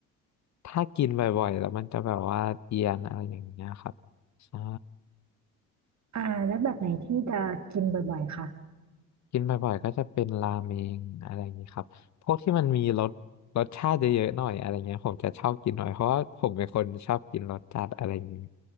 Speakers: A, on the left (about 40°); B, on the right (about 40°).
A: ถ้ากินบ่อยๆแล้วมันจะแบบว่าเอียนอะไรอย่างเงี้ยครับใช่
B: อ่าแล้วแบบไหนที่จะกินบ่อยๆคะ
A: กินบ่อยๆก็จะเป็นราเมงอะไรอย่างนี้ครับพวกที่มันมีรสรสชาติเยอะๆหน่อยอะไรเงี้ยผมจะชอบกินหน่อยเพราะว่าผมเป็นคนชอบกินรสจัดอะไรอย่างนี้